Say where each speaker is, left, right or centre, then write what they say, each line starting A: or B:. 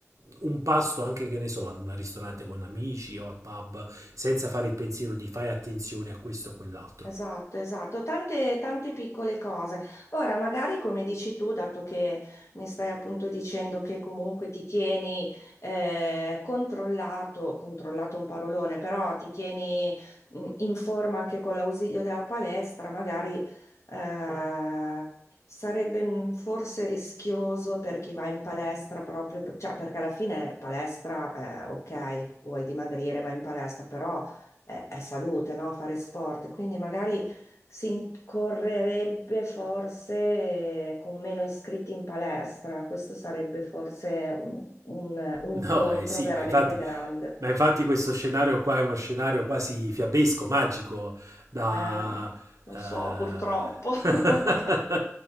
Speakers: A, on the right; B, on the left.
A: un pasto anche che ne so, in un ristorante con amici o al pub, senza fare il pensiero di fai attenzione a questo o quell'altro.
B: Esatto, esatto, tante, tante piccole cose. Ora, magari come dici tu, dato che mi stai appunto dicendo che comunque ti tieni eh, controllato, controllato è un parolone, però ti tieni mh, in forma anche con l'ausilio della palestra, magari eh, sarebbe mh, forse rischioso per chi va in palestra proprio, per- cioè perché alla fine palestra, eh, ok, vuoi dimagrire, vai in palestra, però è, è salute, no? Fare sport, quindi magari si incorrerebbe forse con meno iscritti in palestra, questo sarebbe forse un, un- un
A: No,
B: contro
A: eh sì,
B: veramente
A: ma infatti,
B: grande.
A: ma infatti questo scenario qua è uno scenario quasi fiabesco, magico, da...
B: Eh, non
A: eh,
B: so, purtroppo. <laughs>
A: <laughs>